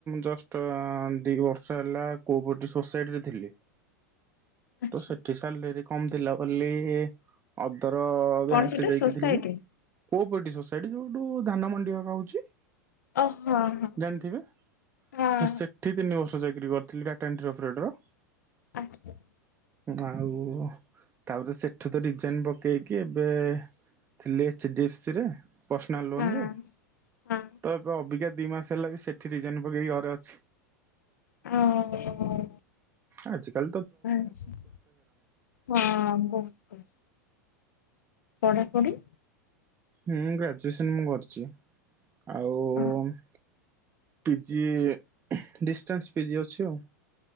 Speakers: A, on the right; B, on the left.
A: ଜଷ୍ଟ ଦି ବର୍ଷ ହେଲା <unintelligible> ସୋସାଇଟି ରେ ଥିଲି
B: ଆଛା
A: ତ ସେଠି ସାଲାରୀ କମ ଥିଲା ବୋଲି ଅଦର
B: କଣ
A: ବ୍ୟାଙ୍କରେ
B: ସେଟା
A: ଯାଇକି
B: ସୋସାଇଟି
A: ଥିଲି କୋପେଟି ସୋସାଇଟି ଯୋଉ ଧାନ ମଣ୍ଡି ହଉଛି
B: ଅ ହଁ
A: ଜାଣିଥିବେ
B: ହଁ।
A: ହେ ସେଠି ତିନି ବର୍ଷ ଚାକିରି କରିଥିଲି ଟାଟା ଏଣ୍ଟ୍ରି ଅପିରିଏଡ଼ର
B: ଆଚ୍ଛା
A: ଆଉ ତାପରେ ସେଠୁ ତ ଡିଜାଇନ ପକେଇକି ଏବେ ଥିଲି ଏଚ ଡ଼ି ଏଫ ସି ରେ ପର୍ସନାଲ ଲୋନ
B: ହଁ
A: ରେ
B: ହଁ
A: ତ ଏବେ ଅବିକା ଦି ମାସ ହେଲା ବି ସେଠି ରିଜନ ପକେଇକି ଘରେ ଅଛି।
B: ହଁ ହଉ।
A: ଆଜି କା
B: ଆଚ୍ଛା। ହଁ ବହୁତ ପଢ଼ାପଢ଼ି।
A: ହଁ ଗ୍ରାଜୁଏସନ ମୁଁ କରିଛି ଆଉ।
B: ହଁ
A: ପିଜି ଡିଷ୍ଟାନ୍ସ ପିଜି ଅଛି ଆଉ।